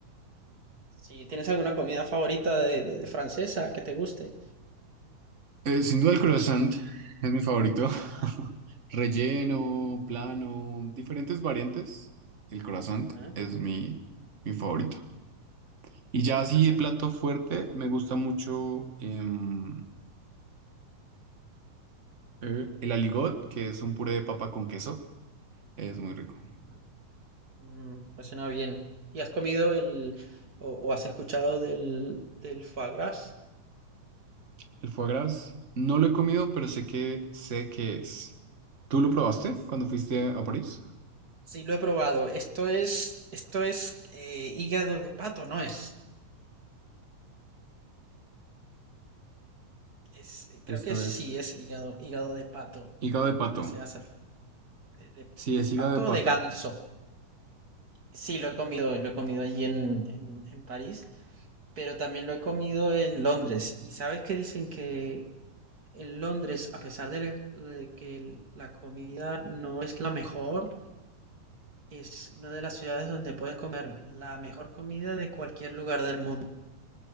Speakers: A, on the right (about 35°); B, on the right (about 75°).
A: Si tienes alguna comida favorita de, de- francesa que te guste.
B: Eh, sin duda el croissant es mi favorito. <laughs> Relleno, plano, diferentes variantes. El croissant
A: Ajá,
B: es mi, mi favorito. Y ya así
A: croissant
B: de plato
A: con-
B: fuerte, me gusta mucho em, eh, el aligot, que es un puré de papa con queso. Es muy rico.
A: ajá. Mm, pues suena bien. ¿Y has comido el o, o has escuchado del del foie gras?
B: El foie gras, no lo he comido, pero sé que sé que es. ¿Tú lo probaste
A: Es-
B: cuando fuiste a París?
A: Sí, lo he probado. Esto es esto es eh, hígado de pato, ¿no es? Es eh, creo
B: Esto
A: que sí
B: es
A: es hígado hígado de pato
B: hígado de
A: con
B: pato.
A: lo que se hace de, de-
B: Sí,
A: de
B: es hígado
A: pato
B: de pato.
A: o de ganso. Sí, lo he comido, lo he comido allí en, en en París. pero también lo he comido en Londres. Y sabes que dicen que en Londres, a pesar de, la- de que el- la comida no es la mejor, es una de las ciudades donde puedes comer la mejor comida de cualquier lugar del mundo.